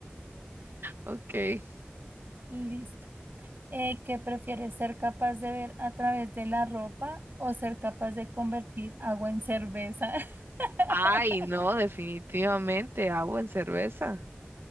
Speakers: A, on the right (about 70°); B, on the right (about 55°).
A: Ok.
B: Listo. Eh, ¿qué prefieres, ser capaz de ver a través de la ropa o ser capaz de convertir agua en cerveza? <laughs>
A: Ay, no, definitivamente, agua en cerveza.